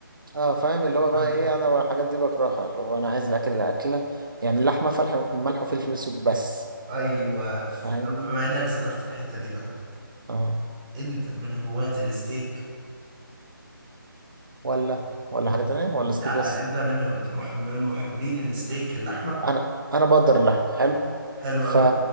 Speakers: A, on the right; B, on the right.
A: اه فاهم اللي هو بقى
B: آه.
A: ايه انا بقى الحاجات دي بكرهها اللي هو انا عايز الاكل اللي اكله يعني اللحمه فلح ملح وفلفل اسود بس
B: ايوه
A: فاهمني
B: طب بما انك ذكرت الحته دي بقى
A: اه
B: انت من هواة الستيك
A: ولا ولا حاجه تانية ولا ستيك
B: لا
A: بس
B: انت من هواة مح- من محبين الستيك اللحمه
A: انا انا بقدر اللحمه حلو
B: حلو
A: ف...
B: قوي